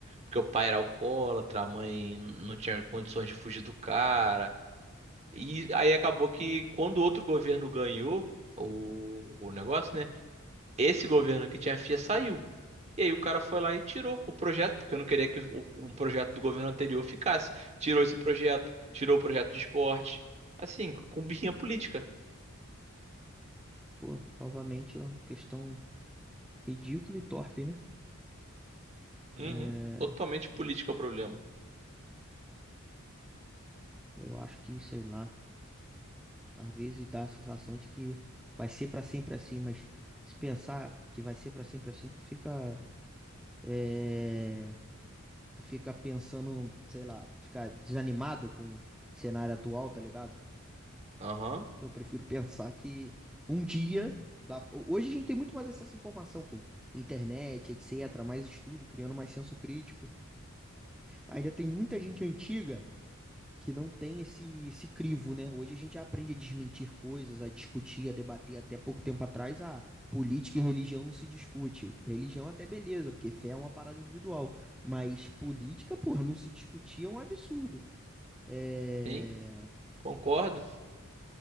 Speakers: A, on the right; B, in the centre.
A: Porque o pai era alcoólatra, a mãe não tinha condições de fugir do cara. E aí acabou que quando outro governo ganhou o, o negócio, né? Esse governo que tinha a FIA saiu. E aí o cara foi lá e tirou o projeto, porque eu não queria que o- um projeto do governo anterior ficasse. Tirou esse projeto, tirou o projeto de esporte. Assim, com com birrinha política.
B: Pô, novamente é uma questão ridícula e torpe, né?
A: Uhum.
B: É,
A: Totalmente política o problema.
B: eu acho que, sei lá. Às vezes dá a sensação de que vai ser pra sempre assim, mas se pensar que vai ser pra sempre assim, tu fica, é, tu fica pensando, sei lá, fica desanimado com o cenário atual, tá ligado?
A: Aham.
B: Eu prefiro <laughs> pensar que um dia dá- Hoje a gente tem muito mais acesso à informação com internet, etc., mais estudo, criando mais senso crítico. Ainda tem muita gente antiga que não tem esse, esse crivo, né? Hoje a gente aprende a desmentir coisas, a discutir, a debater. Até pouco tempo atrás, a política e religião não se discute. Religião até beleza, porque fé é uma parada individual. Mas política, porra, não se discutir é um absurdo. É...
A: Sim, concordo.